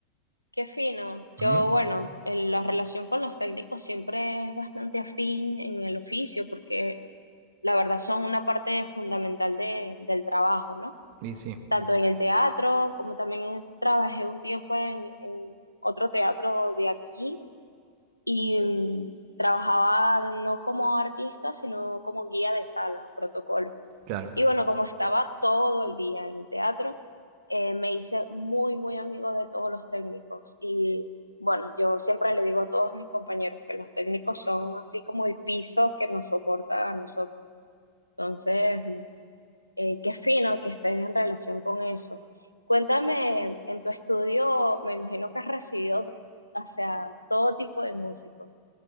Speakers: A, on the left; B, on the right.
A: Qué fino. Yo,
B: Ujú,
A: bueno, el- la relación con los técnicos siempre es bastante afín en el oficio porque la verdad son una parte fundamental de- del trabajo, ¿no?
B: Y sí,
A: Tanto en el teatro como también trabajé un tiempo en, en otro teatro de aquí y mm, trabajaba no como artista, sino como guía de sala, protocolo.
B: claro.
A: Y bueno, como estaba todo el día en el teatro, eh, me hice muy, muy amigo de todos los técnicos. Y bueno, yo siempre le digo a todos mis compañeros que los técnicos son así como el piso que nos soporta a nosotros. Entonces, eh, qué fino que estés en relación con eso. Cuéntame, en tu estudio, me imagino que has recibido, o sea, todo tipo de músicos.